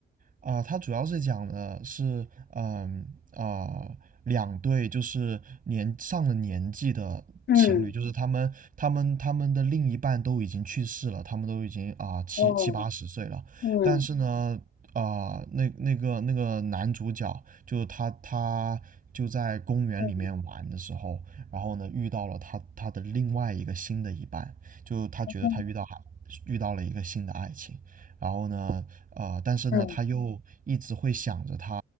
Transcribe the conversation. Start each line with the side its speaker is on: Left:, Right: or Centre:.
Right: 啊、它主要是讲的是，嗯啊、两对就是年上了年纪的情侣，
Left: 嗯。
Right: 就是他们他们他们的另一半都已经去世了，他们都已经啊、七七八十岁了，
Left: 哦，嗯
Right: 但是呢，啊、那那个那个男主角就他他就在公园里面玩的时候，
Left: 嗯
Right: 然后呢遇到了他他的另外一个新的一半，就他觉得他遇到
Left: 嗯，
Right: 遇到了一个新的爱情。然后呢，呃，但是呢，
Left: 嗯
Right: 他又一直会想着他